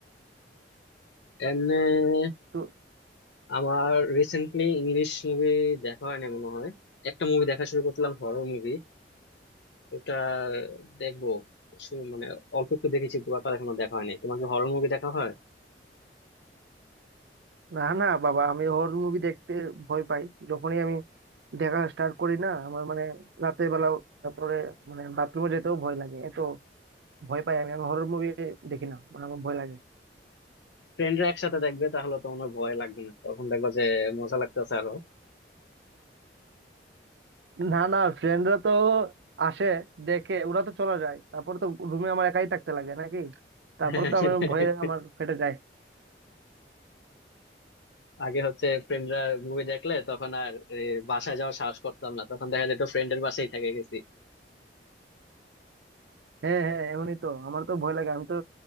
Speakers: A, on the left; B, on the right.
A: এমনি
B: তো
A: আমার রিসেন্টলি ইংলিশ মুভি দেখা হয়নি মনে হয় একটা মুভি দেখা শুরু করছিলাম হরর মুভি ওটা দেখবো শু- মানে অল্প একটু দেখেছি পুরোটা এখনো দেখা হয়নি তোমার কি হরর মুভি দেখা হয়
B: না না বাবা আমি হরর মুভি দেখতে ভয় পাই যখনই আমি দেখা স্টার্ট করি না আমার মানে রাতের বেলা তারপরে মানে বাথরুমে যেতেও ভয় লাগে এত ভয় পাই আমি আমি হরর মুভি দেখি না মানে আমার ভয় লাগে
A: ফ্রেন্ডরা একসাথে দেখবে তাহলে তো মনে হয় ভয় লাগবে না তখন দেখবো যে মজা লাগতেছে আরো
B: না না ফ্রেন্ডরা তো আসে দেখে ওরা তো চলে যায় তারপর তো রুমে আমার একাই থাকতে লাগে নাকি তারপর
A: <laughs>
B: তো আমি ভয়ে আমার ফেটে যায়
A: আগে হচ্ছে ফ্রেন্ডরা মুভি দেখলে তখন আর এ, বাসায় যাওয়ার সাহস করতাম না তখন দেখা যেত ফ্রেন্ডের বাসায় থেকে গেছি
B: হ্যাঁ হ্যাঁ এমনই তো আমার তো ভয় লাগে আমি তো